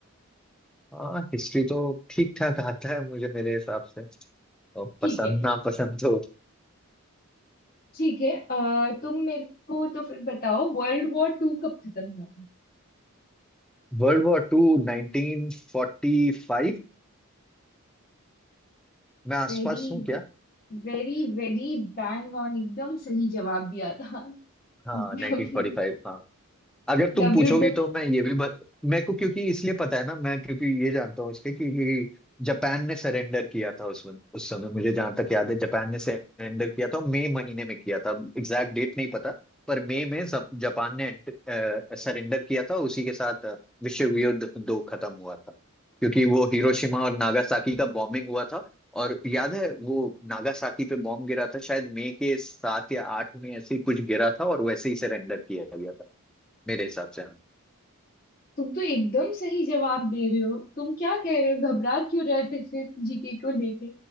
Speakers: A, in the centre; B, on the left.
A: हाँ हिस्ट्री तो ठीक ठाक आता है मुझे मेरे हिसाब से और
B: ठीक
A: पसंद
B: है
A: ना पसंद तो
B: ठीक है अ, तुम मेरे को तो फिर बताओ वर्ल्ड वॉर टू कब खत्म हुआ था
A: World war to 1945 मैं आसपास
B: Very
A: हूँ क्या
B: very very bang on एकदम सही जवाब दिया था
A: हाँ
B: डब्ल्यू
A: 1945 हाँ अगर तुम
B: डब्ल्यू
A: पूछोगी तो मैं ये भी बत... मेरे को क्योंकि इसलिए पता है ना मैं क्योंकि ये जानता हूँ इसके कि, कि जापान ने सरेंडर किया था उसमें उस समय मुझे जहां तक याद है जापान ने सरेंडर किया था मई महीने में किया था अब एग्जैक्ट डेट नहीं पता पर मई में सब जापान ने सरेंडर किया था उसी के साथ अ, विश्व युद्ध दो खत्म हुआ था क्योंकि वो हिरोशिमा और नागासाकी का बॉम्बिंग हुआ था और याद है वो नागासाकी पे बॉम्ब गिरा था शायद मई के सात या आठ में ऐसे ही कुछ गिरा था और वैसे ही सरेंडर किया गया था मेरे हिसाब से हाँ
B: तुम तो एकदम सही जवाब दे रहे हो तुम क्या कह रहे हो घबरा क्यों रहे थे फिर जीके को लेके